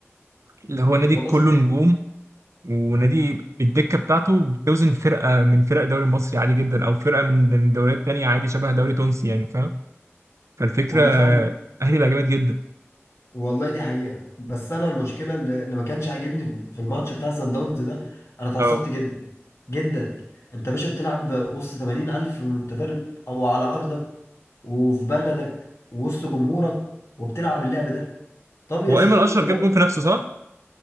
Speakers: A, on the right (about 85°); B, on the left (about 65°).
A: اللي هو نادي
B: والله
A: كله
B: يا صاحبي
A: نجوم ونادي الدكه بتاعته بتوزن فرقه من فرق الدوري المصري عادي جدا او فرقه من من دوريات تانية عادي شبه دوري تونسي يعني فاهم فالفكره
B: والله يا صاحبي
A: الاهلي بقى جامد جدا
B: والله دي حقيقه بس انا المشكله اللي اللي ما كانش عاجبني في الماتش بتاع سان داونز ده انا اتعصبت
A: اه
B: جدا جدا انت يا باشا بتلعب وسط 80000 متفرج او على ارضك وفي بلدك ووسط جمهورك وبتلعب اللعب ده طب يا
A: هو
B: سيدي
A: ايمن اشرف
B: لا
A: جاب جون في نفسه صح؟